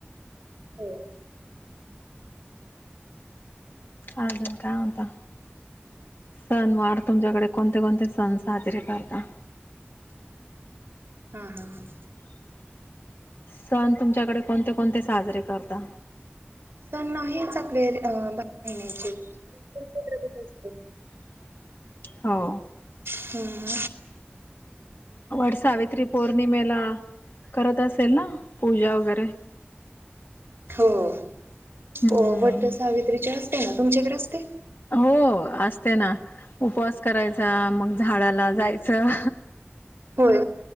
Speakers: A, on the right; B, on the left.
A: होम्
B: आजन काय उता सनवार तुमच्याकडे कोणते कोणते सण साजरे करता
A: हा हा हा
B: सण तुमच्याकडे कोणते कोणते साजरे करता
A: सर नाहीच आपले ब महिन्याचे त्रेत असत
B: हो
A: हम्
B: वर सावित्री पौर्णिमेला करत असेल ना पूजा वगैरे
A: हो
B: हम्म.
A: वट सावित्रीचे असते ना तुमच्याकडे असते
B: हो असते ना उपवास करायचा मग झाडाला जायचं
A: होय